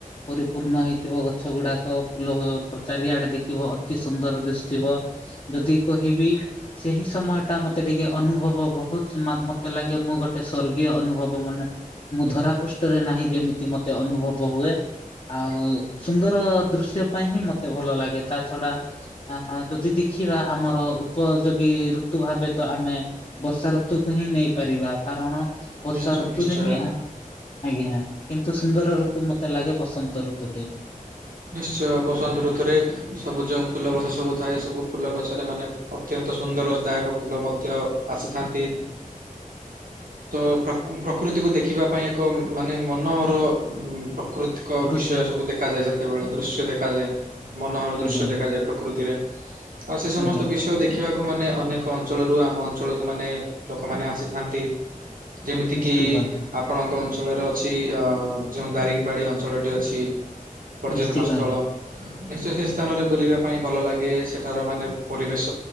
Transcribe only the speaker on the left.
ପରିପୂର୍ଣ୍ଣ ହେଇଥିବ ଗଛ ଗୁଡ଼ାକ ଫୁଲ ପ୍ର ଚାରିଆଡ଼େ ଦେଖିବ ଅତି ସୁନ୍ଦର ଦିଶୁଥିବ। ଯଦି କହିବି ସେହି ସମୟଟା ମତେ ଟିକେ ଅନୁଭବ ବହୁତ ମା ମତେ ଲାଗେ ମୁଁ ଗୋଟେ ସ୍ଵର୍ଗୀୟ ଅନୁଭବ ମନେ ମୁଁ ଧରା ପୃଷ୍ଠରେ ନାହିଁ ଯେମିତି ମତେ ଅନୁଭବ ହୁଏ। ଆଉ ସୁନ୍ଦର ଦୃଶ୍ୟ ପାଇଁ ହିଁ ମତେ ଭଲ ଲାଗେ ତା ଛଡ଼ା ଆଁ ଯଦି ଦେଖିବା ଆମର ଉପଯୋଗୀ ଋତୁ ଭାବେ ତ ଆମେ ବର୍ଷା ଋତୁକୁ ହିଁ ନେଇପାରିବା କାରଣ ବର୍ଷା
ଋତୁରେ
ହିଁ ଆଁ ଆଜ୍ଞା କିନ୍ତୁ ସୁନ୍ଦର ଋତୁ ମତେ ଲାଗେ ବସନ୍ତ ଋତୁଟି।
ଦୃଶ୍ୟ
ଆଜ୍ଞା ଆଜ୍ଞା
ଆଜ୍ଞା
ନିଶ୍ଚିତ
ଆଜ୍ଞା
ନିଶ୍ଚିତ
ଆଜ୍ଞା।